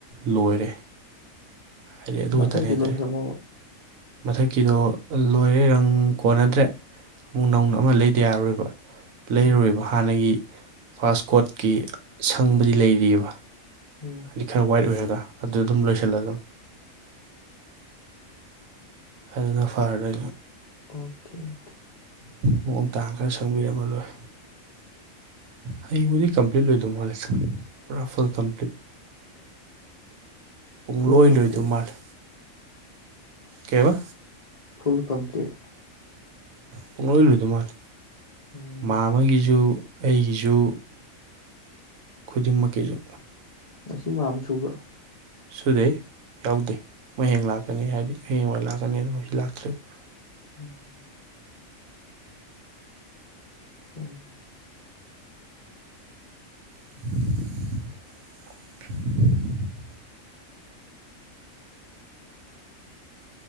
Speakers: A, on the right; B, on the left.
A: ꯂꯣꯏꯔꯦ ꯍꯥꯏꯗꯤ ꯑꯗꯨ
B: ꯃꯊꯛꯀꯤ
A: ꯈꯛꯇꯅꯦ ꯍꯥꯏꯇꯥꯔꯦ
B: ꯂꯣꯏꯁꯤꯜꯂꯝꯕ
A: ꯃꯊꯛꯀꯤꯗꯣ ꯂꯣꯏꯔꯦ ꯔꯪ ꯀꯣꯟꯅꯗ꯭ꯔꯦ ꯑꯃꯨꯛ ꯅꯧꯅ ꯑꯃ ꯂꯩꯗ ꯌꯥꯔꯣꯏꯕ ꯂꯩꯔꯨꯣꯏꯕ
B: ꯎꯝ
A: ꯍꯥꯟꯅꯒꯤ ꯐꯥꯁ ꯀꯣꯠꯀꯤ ꯁꯪꯕꯗꯤ ꯂꯩꯔꯤꯑꯕ
B: ꯎꯝ
A: ꯁꯤ ꯈꯔ ꯋꯥꯏꯠ ꯑꯣꯏꯔꯒ ꯑꯗꯨꯗ ꯑꯗꯨꯝ ꯂꯣꯏꯁꯤꯜꯂꯒ ꯑꯗꯨꯅ ꯐꯥꯔꯔ
B: ꯑꯣꯀꯦ ꯑꯣꯀꯦ
A: ꯃꯑꯣꯡ ꯇꯥꯡ ꯈꯔ ꯁꯪꯕꯤꯔꯝꯃꯔꯣꯏ ꯍꯌꯦꯡꯕꯨꯗꯤ ꯀꯝꯄ꯭ꯂꯤꯠ ꯂꯣꯏꯗꯧ ꯃꯥꯂꯁꯦ ꯄꯨꯔꯥ ꯐꯨꯜ ꯀꯝꯄ꯭ꯂꯤꯠ ꯄꯨꯡꯂꯣꯏ
B: ꯐꯨꯜ ꯀꯝꯄ꯭ꯂꯦꯠ
A: ꯂꯣꯏꯗꯧ ꯃꯥꯜꯂꯦ ꯀꯕ
B: ꯐꯨꯜ ꯀꯝꯄ꯭ꯂꯂꯤꯠ
A: ꯄꯨꯡꯂꯣꯏ ꯂꯣꯏꯗꯧ ꯃꯥꯂ
B: ꯎꯝ
A: ꯃꯥ ꯑꯃꯒꯤꯁꯨ ꯑꯩꯒꯤꯁꯨ ꯈꯨꯗꯤꯡꯃꯛꯀꯤꯁꯨ
B: ꯉꯁꯤ ꯃ ꯁꯨꯕ꯭ꯔꯥ
A: ꯁꯨꯗꯦ ꯌꯥꯎꯗꯦ ꯍꯌꯦꯡ ꯂꯥꯛꯀꯅꯤ ꯍꯥꯏꯗꯤ ꯍꯌꯦꯡ ꯑꯣꯏꯅ ꯂꯥꯛꯀꯅꯤ ꯍꯥꯏꯅ ꯃꯁꯤ ꯂꯥꯛꯇ꯭ꯔꯔꯤꯕ
B: ꯎꯝ ꯕꯥꯏ ꯐꯕꯥꯏ
A: <unintelligible>